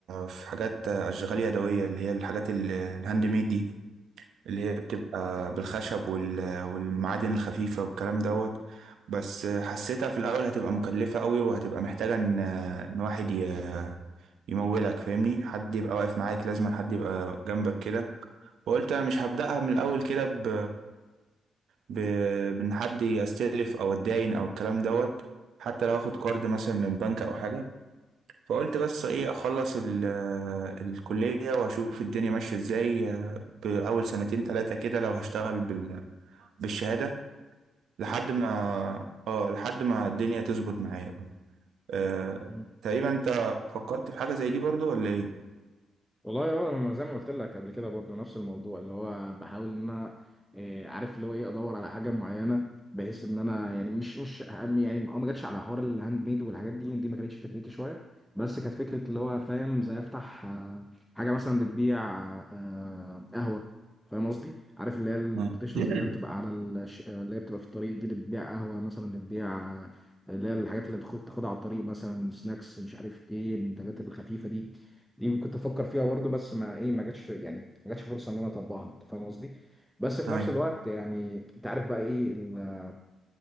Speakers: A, on the right; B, in the centre.
A: في حاجات اشغال يدويه اللي هي الحاجات ال- الهاند ميد دي اللي هي بتبقى بالخشب وال- والمعادن الخفيفه والكلام دوت بس حسيتها في الاول هتبقى مكلفه قوي وهتبقى محتاجه ان ان واحد ي- يمولك فاهمني حد يبقى واقف معاك لازم حد يبقى جنبك كده فقلت انا مش هبدأها من الاول كده ب ب بان حد يستلف او اتداين او الكلام دوت حتى لو هاخد كارد مثلا من بنك او حاجه فقلت بس ايه اخلص ال الكليه واشوف الدنيا ماشيه ازاي باول سنتين ثلاثه كده لو هشتغل بال بالشهاده لحد ما اه لحد ما الدنيا تظبط معايا أه...
B: مم.
A: تقريبا انت فكرت في حاجه زي دي برضو ولا ايه؟
B: والله هو انا زي ما قلت لك قبل كده برضو نفس الموضوع اللي هو بحاول ان انا آه، عارف اللي هو ايه ادور على حاجه معينه بحيث ان انا يعني مش مش أهم- يعني ما ما جاتش على حوار الهاند ميد والحاجات دي دي ما كانتش فكرتي شويه بس كانت فكره اللي هو فاهم زي افتح آه، حاجه مثلا بتبيع آه، قهوه فاهم قصدي عارف اللي هي البارتيشنز
A: مم. <laughs>
B: اللي هي بتبقى على الش... اللي هي بتبقى في الطريق دي اللي بتبيع قهوه مثلا بتبيع آه، اللي هي الحاجات اللي بتاخد- بتاخدها على الطريق مثلا سناكس مش عارف ايه المنتجات الخفيفه دي دي كنت افكر فيها برضو بس ما ايه ما جاتش يعني ما جاتش فرصه ان انا اطبقها انت فاهم قصدي بس في
A: ايوه
B: نفس الوقت يعني انت عارف بقى ايه ال-